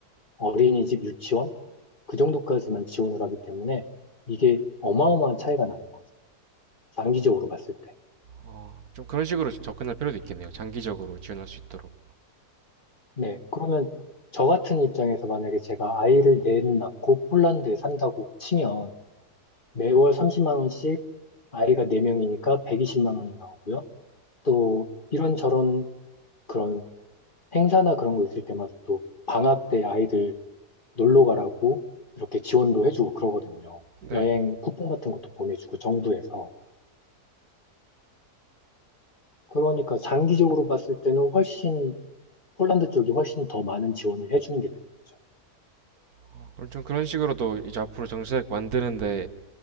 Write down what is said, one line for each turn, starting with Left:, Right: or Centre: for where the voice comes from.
Left: 어린이집 유치원 그 정도까지만 지원을 하기 때문에 이게 어마어마한 차이가 나는 거죠. 장기적으로 봤을 때.
Right: 어, 좀 그런 식으로 접근할 필요도 있겠네요. 장기적으로 지원할 수 있도록.
Left: 네. 그러면 저 같은 입장에서 만약에 제가 아이를 넷 낳고 폴란드에 산다고 치면 매월 30만 원씩 아이가 4명이니까 120만 원이 나오고요. 또 이런저런 그런 행사나 그런 거 있을 때마다 또 방학 때 아이들 놀러 가라고 이렇게 지원도 해주고 그러거든요.
Right: 네.
Left: 여행 쿠폰 같은 것도 보내주고 정부에서. 그러니까 장기적으로 봤을 때는 훨씬 폴란드 쪽이 훨씬 더 많은 지원을 해주는 게 되는 거죠.
Right: 어, 그럼 좀 그런 식으로도 이제 앞으로 정책 만드는데